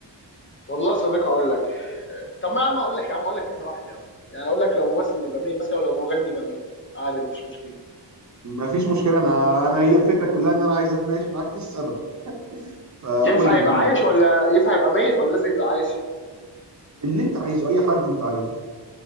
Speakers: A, on the left (about 30°); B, on the right (about 40°).
A: والله صديق اقول لك طب ما يا عم اقول لك يا عم اقول لك كذا واحد يا عم يعني اقول لك لو ممثل يبقى مين مثلا ولو مغني يبقى مين عادي مفيش مشكله
B: ما فيش مشكله انا انا هي الفكره كلها ان انا عايز اتناقش معاك في السبب فقول
A: ينفع
B: لي
A: يبقى
B: مين
A: عايش ولا ينفع يبقى ميت ولا لازم يبقى عايش
B: اللي انت عايزه اي حد انت عايزه